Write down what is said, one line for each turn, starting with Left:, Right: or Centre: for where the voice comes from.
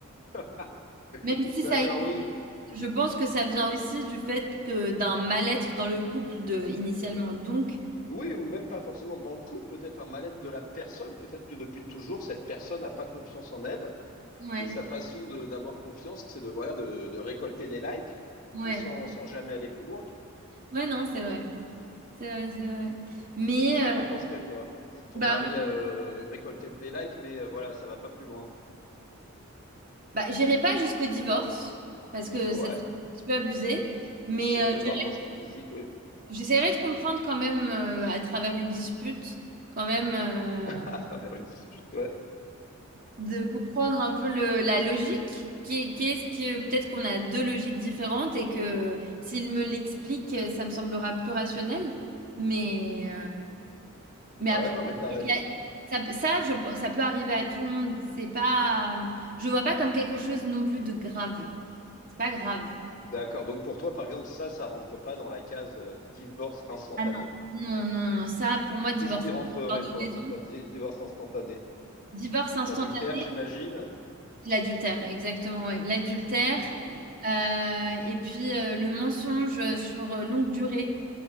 Left: <laughs>
Right: Même si
Left: D'accord,
Right: ça existe,
Left: oui.
Right: je pense que ça vient aussi du fait que d'un mal-être dans le couple de, initialement. Donc,
Left: Oui, ou même pas forcément dans le couple, peut-être un mal-être de la personne, peut-être que depuis toujours, cette personne n'a pas confiance en elle,
Right: ouais,
Left: et sa façon de, d'avoir confiance, c'est de, voilà, de, de récolter des likes,
Right: ouais,
Left: mais sans, sans jamais aller plus loin.
Right: ouais, non, c'est vrai, c'est vrai, c'est vrai. Mais
Left: Qu'est-ce que
Right: euh,
Left: t'en penserais, toi, si ton
Right: bah,
Left: mari euh, récoltait des likes, mais euh, voilà, ça va pas plus loin?
Right: bah, j'irai pas jusqu'au divorce parce que
Left: Ouais,
Right: ça serait un petit peu abusé. Mais
Left: Il n'y a
Right: euh,
Left: pas eu
Right: j'ai-
Left: de rapprochement physique, oui,
Right: j'essaierai de comprendre quand même euh, à travers une dispute, quand même. euh,
Left: <laughs> à travers une dispute, ouais.
Right: de comprendre un peu le- la logique, qui, qu'est-ce que peut-être qu'on a deux logiques différentes et que s'il me l'explique, euh, ça me semblera plus rationnel. Mais, euh, mais
Left: Ouais,
Right: après,
Left: non, mais t'as
Right: il
Left: raison.
Right: y a- ça, ça, je- ça peut arriver à tout le monde. C'est pas, euh, je vois pas comme quelque chose non plus de grave. C'est pas grave.
Left: D'accord. Donc pour toi, par exemple, ça, ça rentre pas dans la case euh, divorce instantané.
Right: Ah non. Non, non, non. Ça, pour moi, divorce,
Left: Qu'est-ce qui rentrerait,
Right: c'est une histoire
Left: toi,
Right: de raison.
Left: pour toi, di- divorce instantané?
Right: Divorce instantané.
Left: L'adultère, j'imagine?
Right: L'adultère, exactement, ouais. L'adultère,
Left: Mhm.
Right: euh, et puis euh, le mensonge sur euh, longue durée.